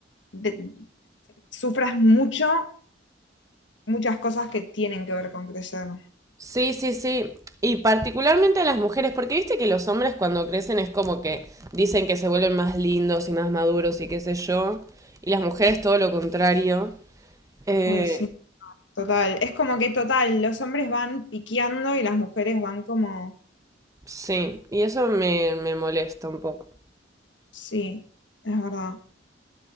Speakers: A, on the left; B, on the right.
A: de- sufras mucho, muchas cosas que tienen que ver con crecer.
B: Sí, sí, sí. Y particularmente a las mujeres, porque viste que los hombres cuando crecen es como que dicen que se vuelven más lindos y más maduros y qué sé yo. Y las mujeres todo lo contrario. Eh,
A: Ay, sí, total, es como que total, los hombres van piqueando y las mujeres van como,
B: sí, y eso me, me molesta un poco.
A: sí, es verdad,